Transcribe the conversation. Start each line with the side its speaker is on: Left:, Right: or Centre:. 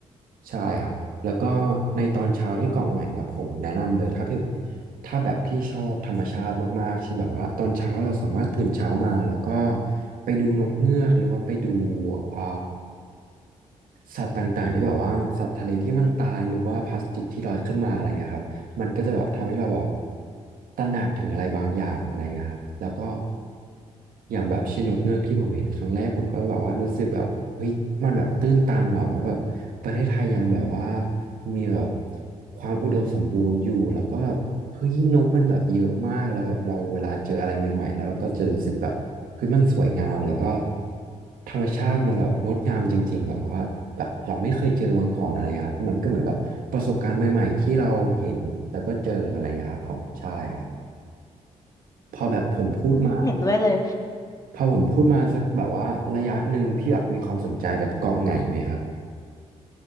Right: ใช่ครับ แล้วก็ในตอนเช้าที่เกาะไหงครับผมแนะนำเลยถ้าพี่ถ้าแบบพี่ชอบธรรมชาติมากๆเช่นแบบว่าตอนเช้าเราสามารถตื่นเช้ามาแล้วก็ไปดูนกเงือกหรือว่าไปดูอ่าสัตว์ต่างๆที่แบบว่าสัตว์ทะเลที่มันตายหรือว่าพลาสติกที่ลอยขึ้นมาอะไรอย่างเงี้ยครับ มันก็จะแบบทำให้เราแบบตระหนักถึงอะไรบางอย่างอะไรเงี้ยครับแล้วก็อย่างแบบเช่นนกเงือกที่ผมเห็นครั้งแรกผมก็แบบว่ารู้สึกแบบเฮ้ยมันแบบตื้นตันว่ะแบบว่าแบบประเทศไทยยังแบบว่ามีแบบความอุดมสมบูรณ์อยู่แล้วก็แบบ เฮ้ยนกมันแบบเยอะมากแล้วแบบเราเวลาเจออะไรใหม่ๆแล้วเราก็จะรู้สึกแบบเฮ้ยมันสวยงามแล้วก็ธรรมชาติมันแบบงดงามจริงๆแบบว่าแบบเราไม่เคยเจอมาก่อนอะไรครับมันก็เหมือนแบบประสบการณ์ใหม่ๆที่เราเห็นแล้วก็เจออะไรอย่างเงี้ยครับผมใช่ครับพอแบบผมพูดมา
Left: อืมเห็นด้วยเลย
Right: พอผมพูดมาสักแบบว่าระยะหนึ่งพี่แบบมีความสนใจแบบเกาะไหงไหมครับ